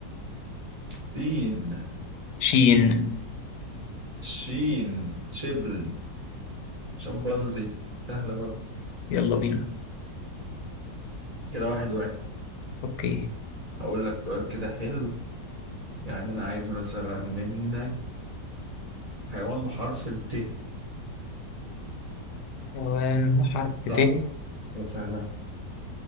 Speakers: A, on the right; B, on the left.
A: سين
B: شين
A: شين شبل شمبانزي سهلة برضه
B: يلا بينا
A: كده واحد واحد
B: اوكي
A: هقول لك سؤال كده حلو يعني انا عايز مثلا منك حيوان بحرف الت
B: حيوان بحرف
A: صعبة
B: ت
A: ولا سهلة؟